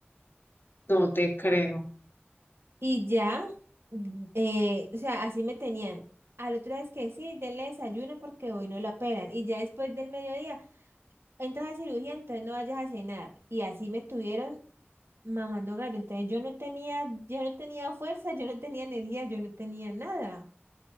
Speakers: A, on the left; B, on the right.
A: No te creo.
B: Y ya, mm, eh, o sea, así me tenían. Al otro día es que sí, denle desayuno porque hoy no lo operan. Y ya después del mediodía, entras a cirugía, entonces no vayas a cenar. Y así me tuvieron mamando gallo. Entonces yo no tenía, yo no tenía fuerza, yo no tenía energía, yo no tenía nada.